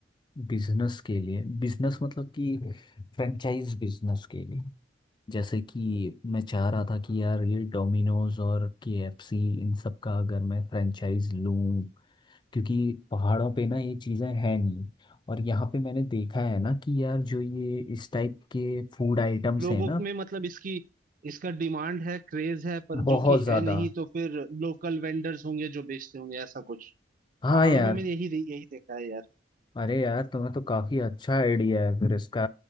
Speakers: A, on the left; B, on the right.
A: बिजनेस के लिए बिजनेस मतलब कि फ्रेंचाइज बिजनेस के लिए जैसे कि मैं चाह रहा था कि यार ये डोमिनोज और केएफसी इन सब का अगर मैं फ्रेंचाइज लूँ क्योंकि पहाड़ों पे ना ये चीज़ें हैं नहीं और यहाँ पे मैंने देखा है ना कि यार जो ये इस टाइप के फूड आइटम्स
B: लोगों
A: हैं ना
B: में मतलब इसकी इसका डिमांड है क्रेज है पर
A: बहुत
B: जो कि
A: ज़्यादा
B: है नहीं तो फिर लोकल वेंडर्स होंगे जो बेचते होंगे ऐसा कुछ
A: हाँ
B: पहाड़ों
A: यार
B: में मैंने यही यही देखा है यार
A: अरे यार तुम्हें तो काफ़ी अच्छा आइडिया है फिर इसका